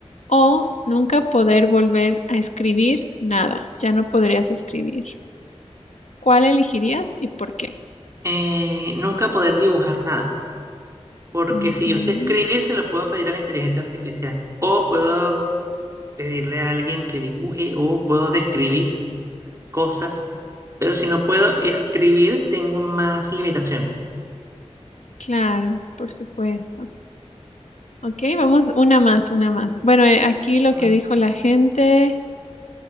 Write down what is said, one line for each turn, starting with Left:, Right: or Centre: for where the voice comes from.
Left: ¿O nunca poder volver a escribir nada? Ya no podrías escribir. ¿Cuál elegirías y por qué?
Right: eh, nunca poder dibujar nada, porque
Left: En
Right: si
Left: serio.
Right: yo sé escribir, se lo puedo pedir a la inteligencia artificial, o puedo pedirle a alguien que dibuje, o puedo describir cosas, pero si no puedo escribir, tengo más limitaciones.
Left: Claro, por supuesto. Ok, vamos una más, una más. Bueno, eh, aquí lo
Right: Ah,
Left: que dijo la gente,